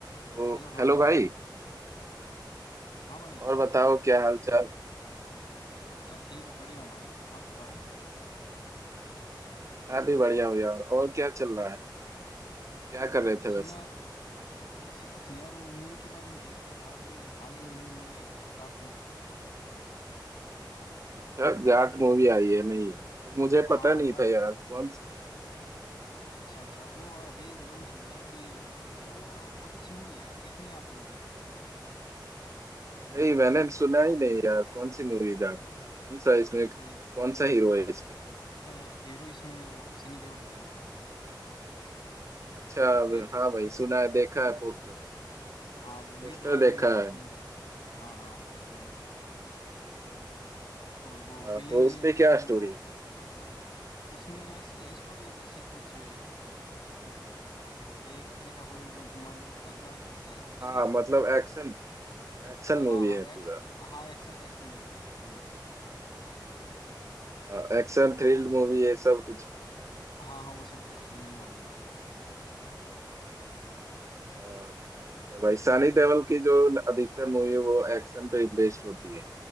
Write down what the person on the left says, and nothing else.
Hello hi
हाँ भाई
अच्छा ठीक है बढ़िया भाई आप बताओ
और
कुछ
नहीं
यार वैसे कुछ नहीं यार वो मूवी के बारे में देख रहा था अभी हाल ही में नई मूवी आई है ना जाट मूवी
हाँ
जा
अच्छा अच्छा
वो अभी लॉन्च हुई है अभी वो ये वो बहुत अच्छी मूवी है यार देखी नहीं आपने भी
अ,
अ, हीरो इसमें वो सनी देओल है
लीड
हाँ वो लीड
रोल
में है
सनी देओल हाँ हाँ पोस्ट में और वो
विलेन
के
रूप में
वो
उसमें ऐसी है स्टोरी जैसे कुछ एक तरह का कोई मत- मान लो एक राजा जैसा है कुछ
है
हाँ
हाँ
एक्स
हाँ एक्शन एक्शन मूवी है एक्शन मूवी है
और
हाँ हाँ वो सब कुछ इसमें इन्वॉल्व
है